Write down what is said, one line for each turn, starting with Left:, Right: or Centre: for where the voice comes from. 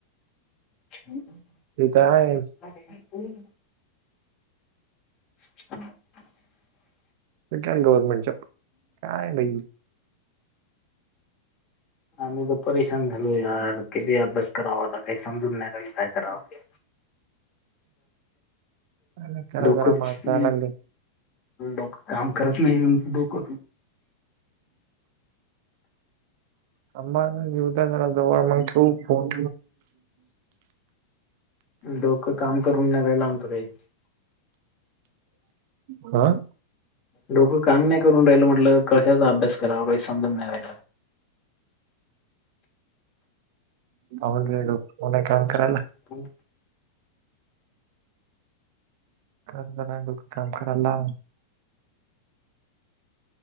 Left: ह
Right: तर आहेच
Left: <unintelligible> ह <unintelligible>
Right: गव्हर्नमेंटच्या काय भाई...
Left: आम्ही तर परेशान झालो यार किती अभ्यास करावा आता काही समजून नाही राहिल काय करावं...
Right: काय करा
Left: दुःख
Right: जरा
Left: ह्..
Right: माणसा लागली
Left: डोक काम करत नाही म्ह डोक...
Right: आंबा जेवता झारा जवळ मग तो फोन...
Left: डोकं काम करून नाही रालात....
Right: हा
Left: डोक काम नाही करून राहिल म्हटलं कशाचा अभ्यास... खराब आहे समजून नाही..
Right: होलड मणा काम करायला...
Left: प..
Right: क डोक काम कराय ला....